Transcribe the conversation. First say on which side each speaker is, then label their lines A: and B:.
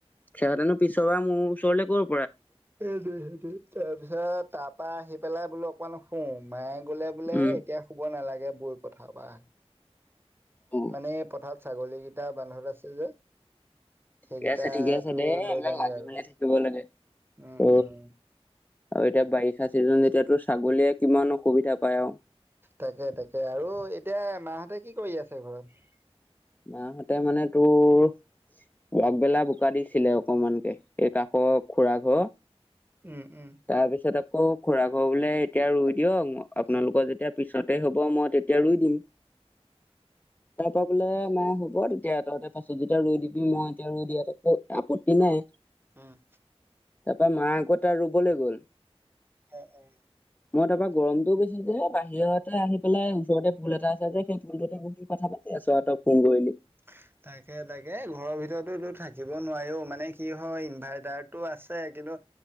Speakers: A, on the left (about 15°); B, on the right (about 20°).
A: খৰতেনো পিছ বা মোৰ চৰিল ক
B: এইটো সেই তাৰপিছত তাৰপা আহি পেলাই বোলো অকমান শুও মায়ে গলে বোলে
A: উম
B: এতিয়া শুব নালাগে বুৰ কথা বা
A: অ
B: মানে পথাৰ ছাগলীকেইটা বান্ধত আছে যে
A: ঠিকে
B: সেইকেইটাটো
A: আছে ঠিকে আছে দে এইবিলাক
B: লৈ যামগে
A: লাগি
B: আৰু।
A: মেলি থাকিব লাগে
B: উম,
A: ত'
B: উম,
A: আৰু এতিয়া বাৰিষা চিজন যেতিয়াতো ছাগলীয়ে কিমান অসুবিধা পায় আৰু
B: তাকে তাকে আৰু এতিয়া মাহঁতে কি কৰি আছে ঘৰত?
A: মাহঁতে মানে তোৰ বাগবেলা বোকা দিছিলে অকমান কে এই কাষৰ খুৰা ঘৰ
B: উম, উম,
A: তাৰ পিছত আকৌ খুৰা ঘৰ বোলে এতিয়া ৰুই দিয়ক আপোনালোকৰ যেতিয়া পিছতে হ'ব মই তেতিয়া ৰুই দিম। তাৰ পৰা বোলে অ, হ'ব তেতিয়া তহঁতে পাছত যেতিয়া ই দিবি মই এতিয়া ই দিয়াতো একো আপত্তি নাই।
B: উম।
A: তাৰপা মায় আকৌ তাৰ ৰুবলৈ গ'ল।
B: অ', উম।
A: মই তাৰপৰা গৰমতটোও বেছি যে বাহিৰতে আহি পেলাই ওচৰতে পুল এটা আছে যে সেই ফুলটোতে বহি কথা পাতা <unintelligible>
B: <inaudible> তাকে তাকে ঘৰৰ ভিতৰতো থাকিব নোৱাৰিও মানে কি হয় ইনভাৰ্টাৰতটো আছে কিন্তু